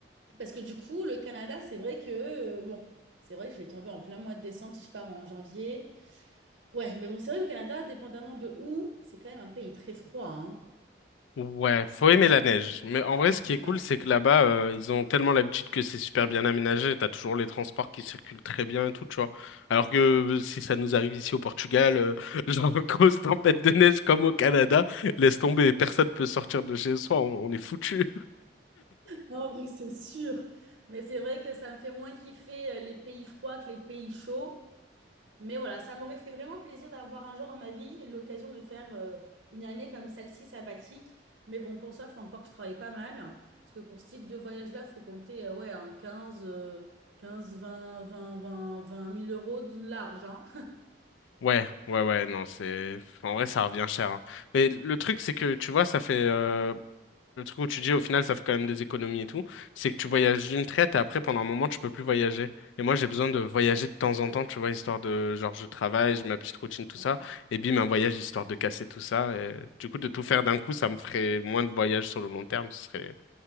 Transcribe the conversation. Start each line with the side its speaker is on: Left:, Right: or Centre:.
Right: parce que du coup, le Canada, c'est vrai que, euh, bon, c'est vrai que je vais tomber en plein mois de décembre si je pars en janvier. Ouais, mais bon, c'est vrai que le Canada, dépendamment de où, c'est quand même un pays très froid, hein.
Left: Ouais, faut aimer la neige. Mais en vrai, ce qui est cool,
Right: Ouais.
Left: c'est que là-bas, euh, ils ont tellement l'habitude que c'est super bien aménagé. T'as toujours les transports qui circulent très bien et tout, tu vois. Alors que euh, si ça nous arrive ici au Portugal, euh, <laughs> genre grosse tempête de neige comme au Canada, laisse tomber, personne peut sortir de chez soi, on, on est foutu.
Right: Non, en vrai, c'est sûr. Mais c'est vrai que ça me fait moins kiffer euh, les pays froids que les pays chauds. Mais voilà, ça m'aurait fait vraiment plaisir d'avoir un jour dans ma vie l'occasion de faire euh, une année comme celle-ci sabbatique. Mais bon, pour ça, il faut encore que je travaille pas mal. Parce que pour ce type de voyage-là, il faut compter euh, ouais, un 15, euh, 15, 20, 20, 20 20 000 euros de large. hein.
Left: Ouais, ouais, ouais, non, c'est... En vrai, ça revient cher. hein. Mais le truc, c'est
Right: <laughs>
Left: que, tu vois, ça fait... euh, Le truc où tu dis, au final, ça fait quand même des économies et tout, c'est que tu voyages d'une traite et après, pendant un moment, tu peux plus voyager. Et moi, j'ai besoin de voyager de temps en temps, tu vois, histoire de... Genre, je travaille, j'ai ma petite routine, tout
Right: Je comprends.
Left: ça. Et bim, un voyage, histoire de casser tout ça. Et du coup, de tout faire d'un coup, ça me ferait moins de voyages sur le long terme. Ce serait